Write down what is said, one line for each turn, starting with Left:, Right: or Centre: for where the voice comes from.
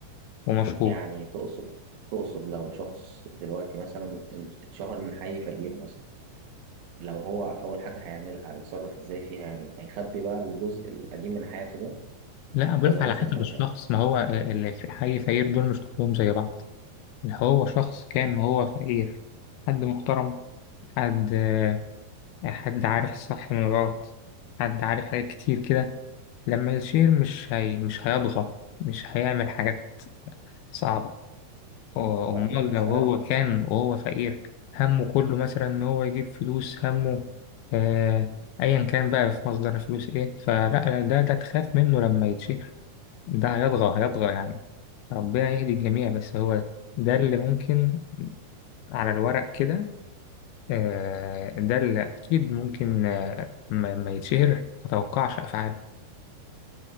Left: ومشهور
Right: يعني تقصد تقصد لو شخص دلوقتي مثلا اتشهر من حي فقير مثلا لو هو أول حاجة هيعملها هيتصرف إزاي فيها يعني هيخبي بقى الجزء القديم من حياته ده
Left: لا بقولك
Right: ولو
Left: على
Right: مثلا
Left: حسب
Right: كان
Left: الشخص
Right: شهر
Left: ما هو اللي في الحي فقير دول مش كلهم زي بعض اللي هو شخص كان وهو فقير حد محترم حد آه، حد عارف الصح من الغلط حد عارف حاجات كتير كده لما يشير مش هي مش هيضغط مش هيعمل حاجات صعبة آه،
Right: طب
Left: أمال
Right: أسألك
Left: لو هو كان وهو فقير همه كله مثلا إن هو يجيب فلوس همه آه أيا كان بقى في مصدر فلوس إيه فلا ده ده تخاف منه لما يتشير ده هيطغى هيطغى يعني ربنا يهدي الجميع بس هو ده اللي ممكن على الورق كده آه، ده اللي أكيد ممكن آه، ما ما يتشهر متوقعش أفعاله